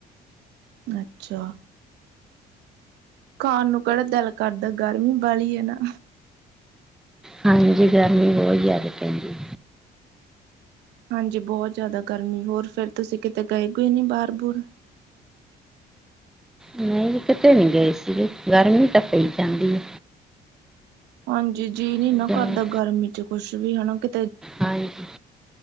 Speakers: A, on the right (about 85°); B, in the centre.
A: ਅੱਛਾ। ਖਾਣ ਨੂੰ ਕੇੜਾ ਦਿਲ ਕਰਦਾ ਗਰਮੀ ਵਾਲੀ ਐ ਨਾ।
B: ਹਾਂਜੀ ਗਰਮੀ ਬੋਤ ਜਾਦੇ ਪੈਂਦੀ।
A: ਹਾਂਜੀ ਬੋਤ ਜਾਦਾ ਗਰਮੀ ਹੋਰ ਫਿਰ ਤੁਸੀਂ ਕਿਤੇ ਗਏ-ਗੁਏ ਨੀ ਬਾਰ-ਬੁਰ?
B: ਨਈ ਜੀ ਕਿਤੇ ਨੀ ਗਏ ਸੀਗੇ ਗਰਮੀ ਤਾਂ ਪਈ ਜਾਂਦੀ ਆ।
A: ਹਾਂਜੀਜੀ
B: ਹੈ
A: ਨੀ ਨਾ
B: ਜਾਂ-
A: ਕਰਦਾ ਗਰਮੀ ਚ ਕੁੱਛ ਵੀ ਹਨਾ ਕੀ
B: ਹਾਂਜੀ,